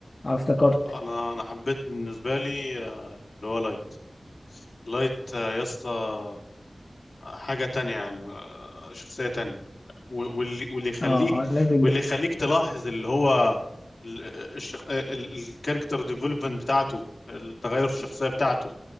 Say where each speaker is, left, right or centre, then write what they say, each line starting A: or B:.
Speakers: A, on the left; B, on the left.
A: آه، افتكرت
B: آه، انا انا حبيت بالنسبه لي آه، اللي هو لايت لايت آه، يا اسطى آه، حاجه تانية يعني آه، شخصيه تانية و- واللي واللي يخليك
A: آه آه ليفل
B: واللي يخليك تلاحظ اللي هو ال- آه، الشخ... آه، ال- الكاركتر ديفلوبمنت بتاعته التغير في الشخصيه بتاعته